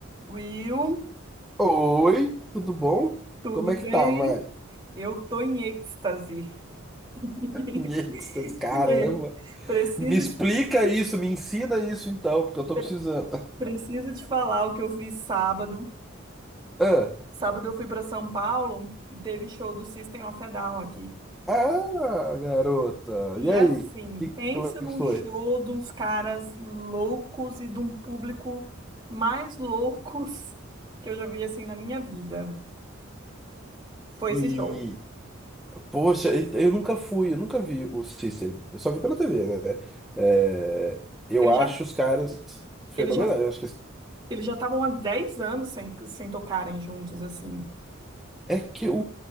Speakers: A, on the right; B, in the centre.
A: Will,
B: Oi, tudo bom?
A: tudo
B: Como é
A: bem?
B: que tá, mãe?
A: Eu tô em êxtase. <laughs>
B: Em êxtase, caramba.
A: É. Preciso,
B: Me explica
A: te-
B: isso, me ensina isso então, porque eu tô
A: pre-
B: precisando.
A: preciso te falar o que eu vi sábado.
B: Ah,
A: Sábado eu fui para São Paulo e teve show do System of a Down aqui.
B: ah, garota.
A: E
B: E aí,
A: assim,
B: que,
A: pensa
B: como é
A: num
B: que foi?
A: show de uns caras loucos e de um público mais <laughs> loucos que eu já vi assim na minha vida. Foi
B: E,
A: esse show.
B: poxa, eu nunca fui, eu nunca vi o System. Eu só vi pela TV, né? É, eu
A: Eles
B: acho
A: já,
B: os caras fenomenais.
A: eles já,
B: Eu acho que
A: eles já estavam há 10 anos sem, sem tocarem juntos assim.
B: É que o,